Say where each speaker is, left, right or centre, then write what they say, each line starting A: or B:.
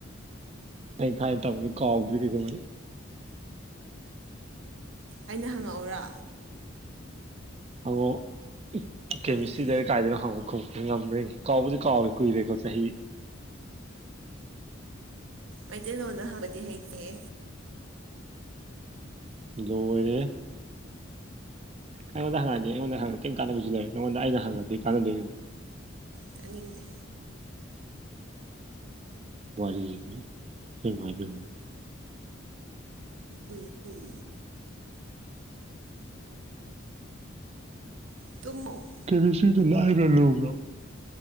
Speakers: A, on the right (about 30°); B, on the right (about 70°).
A: ꯑꯩ ꯊꯥꯏꯅ ꯇꯝꯒꯤ ꯀꯥꯎꯗ꯭ꯔꯤ ꯀꯩꯁꯨꯍꯥꯏ
B: ꯑꯩꯅ ꯍꯪꯉꯛꯎꯔ
A: ꯍꯥꯉꯛ ꯑꯣ ꯀꯦꯃꯤꯁꯇ꯭ꯔꯤ
B: ꯇꯜꯂꯦ
A: ꯇꯔ ꯀꯥꯏꯗꯅ ꯍꯪꯉꯣ ꯈꯨꯝꯕ ꯉꯝꯕꯔꯥ ꯌꯦꯡꯒꯦ ꯀꯥꯎꯕꯨꯗꯤ ꯀꯥꯎꯔꯦ ꯀꯨꯏꯔꯦꯀꯣ ꯆꯍꯤ
B: ꯃꯩꯇꯩꯂꯣꯟꯗ ꯍꯪꯕꯗꯤ ꯍꯩꯇꯦꯍꯦ
A: ꯂꯣꯏꯔꯦꯍꯦ ꯑꯩꯉꯣꯟꯗ ꯍꯪꯉꯗꯤ ꯑꯩꯉꯣꯟꯗ ꯍꯪꯉ ꯀꯝ ꯀꯥꯟꯅꯕꯁꯨ ꯂꯩꯔꯣꯏ ꯃꯉꯣꯟꯗꯥ ꯑꯩꯅꯥ ꯍꯪꯉꯗꯤ ꯀꯥꯟꯅꯗꯣꯏꯅꯣ
B: ꯇꯥꯅꯤꯡꯗꯦ
A: ꯋꯥꯔꯤꯗꯤ ꯑꯁꯦꯡꯕ ꯍꯥꯏꯕꯤꯔꯒꯥ
B: ꯎꯝ ꯎꯝ ꯇꯨꯝꯃꯣ
A: ꯀꯦ ꯕꯤ ꯁꯤꯗꯣ ꯂꯥꯏꯕ꯭ꯔꯥ ꯂꯧꯕ꯭ꯔꯣ